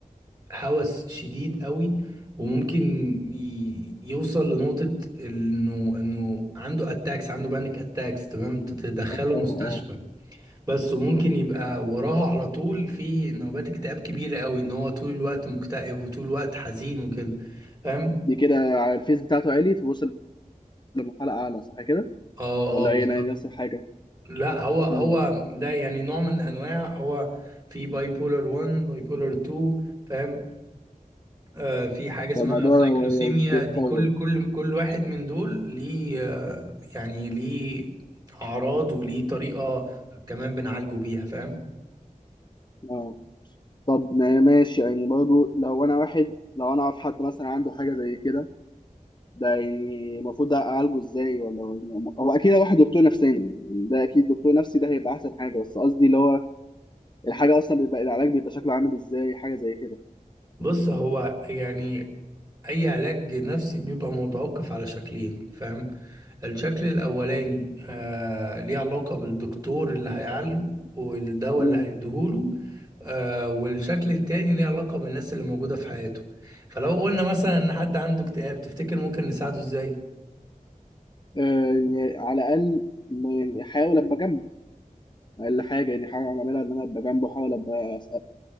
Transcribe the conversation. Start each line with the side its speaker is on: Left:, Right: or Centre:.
Right: هوس شديد قوي وممكن ي- يوصل لنقطة انه انه عنده اتاكس عنده بانيك اتاكس تمام تدخله
Left: اه اه
Right: مستشفى بس وممكن يبقى وراها على طول في نوبات اكتئاب كبيرة قوي ان هو طول الوقت مكتئب وطول الوقت حزين وكده فاهم
Left: دي كده على الفيس بتاعته عالي توصل لمرحله اعلى صح كده
Right: اه
Left: ولا
Right: اه بالظبط
Left: ايه انا نفس الحاجه
Right: لا هو هو
Left: مم.
Right: ده يعني نوع من انواع هو في باي بولر 1 باي بولر 2 فاهم آه في حاجة اسمها
Left: فالموضوع
Right: سايكلوسيميا
Left: لو, لو بيتطور
Right: دي كل كل كل واحد من دول ليه آه يعني ليه اعراض وليه طريقة كمان بنعالجه بيها فاهم
Left: اه طب ما ماشي يعني برضو لو انا واحد لو انا اعرف حد مثلا عنده حاجه زي كده ده يعني المفروض اعالجه ازاي ولا يعني هو اكيد هروح لدكتور نفساني يعني ده اكيد دكتور نفسي ده هيبقى احسن حاجه بس قصدي اللي هو الحاجه اصلا بيبقى العلاج بيبقى شكله عامل ازاي حاجه زي كده
Right: بص هو يعني اي علاج نفسي بيبقى متوقف على شكلين فاهم الشكل الاولاني آه ليه علاقة بالدكتور اللي هيعالجه والدواء
Left: مم.
Right: اللي هيديهوله آه والشكل التاني ليه علاقة بالناس اللي موجودة في حياته فلو قلنا مثلا ان حد عنده اكتئاب تفتكر ممكن نساعده ازاي
Left: آه يعني على الاقل م- يعني احاول ابقى جنبه اقل حاجه يعني حاجه اعملها ان انا ابقى جنبه احاول ابقى